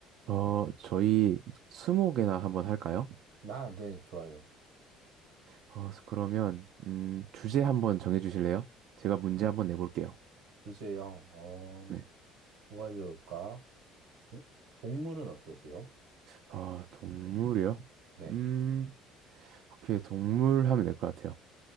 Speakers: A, on the right; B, on the right.
A: 어, 저희 스무고개나 한번 할까요?
B: 아, 네, 좋아요.
A: 어, 그러면 음, 주제 한번 정해 주실래요? 제가 문제 한번 내볼게요.
B: 주제요. 어,
A: 네.
B: 뭐가 좋을까? 동- 동물은 어떠세요?
A: 아, 동물이요?
B: 네,
A: 음, 오케이, 동물 하면 될 것 같아요.